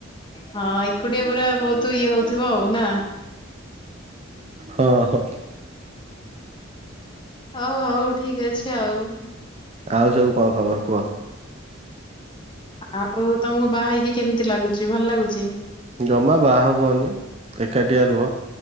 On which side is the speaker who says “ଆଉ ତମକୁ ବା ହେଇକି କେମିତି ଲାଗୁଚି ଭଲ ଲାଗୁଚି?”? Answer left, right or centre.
Left